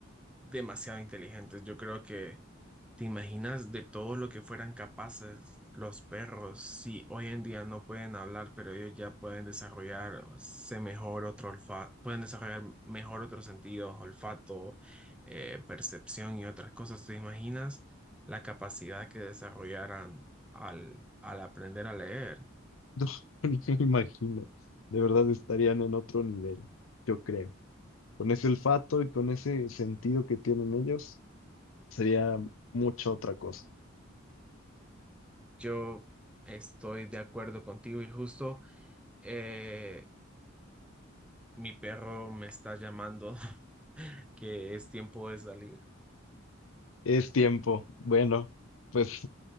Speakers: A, in the centre; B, on the left.
A: demasiado inteligentes. Yo creo que te imaginas de todo lo que fueran capaces los perros. Si hoy en día no pueden hablar, pero ellos ya pueden desarrollarse mejor otro olfato, pueden desarrollar mejor otros sentidos, olfato, eh, percepción y otras cosas. ¿Te imaginas la capacidad que desarrollaran al, al aprender a leer?
B: <laughs> No, ni me imagino. De verdad estarían en otro nivel, yo creo. Con ese olfato y con ese sentido que tienen ellos, sería mucha otra cosa.
A: Yo estoy de acuerdo contigo y justo eh, mi perro me está llamando <laughs> que es tiempo de salir.
B: Es tiempo. Bueno, pues